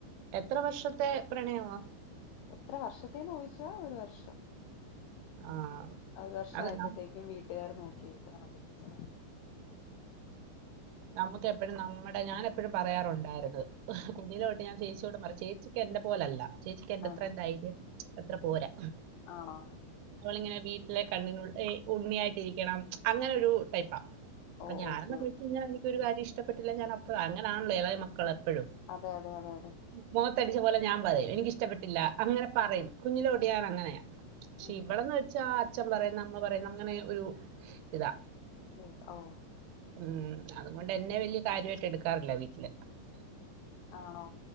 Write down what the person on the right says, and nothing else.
എത്ര വർഷത്തെ പ്രണയമാ?
ആഹ്
അത്
നമ്മക്കെപ്പഴും നമ്മടെ ഞാനെപ്പെഴും പറയാറുണ്ട് ഉണ്ടാരുന്നു കുഞ്ഞിലെ തൊട്ട് ഞാൻ ചേച്ചിയോടും പറയും ചേച്ചിക്ക് എൻ്റെ പോലല്ല ചേച്ചിക്ക് എൻ്റത്രേം
ധൈര്യം അത്ര പോരാ
അവളിങ്ങനെ വീ ലെ കണ്ണിനു ഏ ഉണ്ണിയായിട്ടിരിക്കണം അങ്ങനൊരു ടൈപ്പ.
പ്പൊ ഞാനെന്നാ
വിളിച്ച്
<unintelligible> കാര്യഷ്ടപ്പെട്ടില്ല ഞാനപ്പ അങ്ങനാണല്ലോ ഏളയ മക്കള്. പ്പഴും
മോ ത്തടിച്ച പോലെ ഞാൻ പറയും. എനിക്കിഷ്ടപ്പെട്ടില്ല അങ്ങനെ പറയും കുഞ്ഞിലോട്ട് ഞാനങ്ങനെയാ..
ക്ഷി ഇവടെന്നെച്ചാ അച്ഛൻ പറയുന്ന അമ്മ പറയുന്ന അങ്ങനെയൊരു ഇതാ.
ഉം അതുകൊണ്ട് എന്നെ വല്യ കാര്യായിട്ട് എടുക്കാറില്ല വീട്ടില്